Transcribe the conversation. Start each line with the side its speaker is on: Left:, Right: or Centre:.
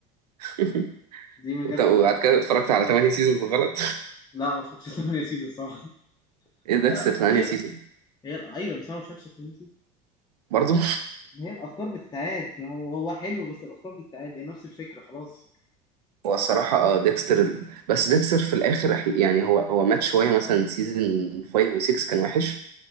Right: <laughs>
Left: يعني دي من
Right: وت-
Left: جت
Right: وبعد
Left: بالحظ
Right: كده اتفرجت على 8 سيزونز بالغلط
Left: لا ما اتفرجتش 8 سيزون صراحه
Right: <laughs> ايه ديكستر
Left: لا،
Right: 8
Left: أصل هي
Right: سيزون
Left: هي ايوه بس انا ما اتفرجتش 8 سيزون
Right: برضه
Left: هي الافكار بتتعاد ما هو هو حلو بس الافكار بتتعاد هي نفس الفكره خلاص
Right: <laughs> هو الصراحة اه ديكستر ال- بس ديكستر في الآخر إح- يعني هو هو مات شوية مثلا سيزون 5 و6 كان وحش